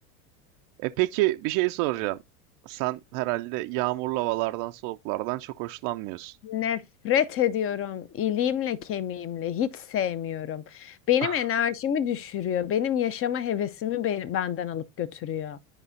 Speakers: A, on the right (about 45°); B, on the left (about 30°).
A: E peki bir şey soracağım. Sen herhalde yağmurlu havalardan, soğuklardan çok hoşlanmıyorsun.
B: Nefret ediyorum. İliğimle kemiğimle hiç sevmiyorum. Benim
A: <laughs>
B: enerjimi düşürüyor. Benim yaşama hevesimi be- benden alıp götürüyor.